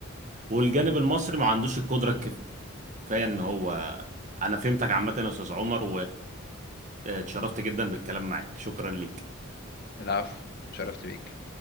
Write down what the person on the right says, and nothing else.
والجانب المصري ما عندوش القدره الكفايه ان هو انا فهمتك عامه يا استاذ عمر واتشرفت جدا بالكلام معاك شكرا ليك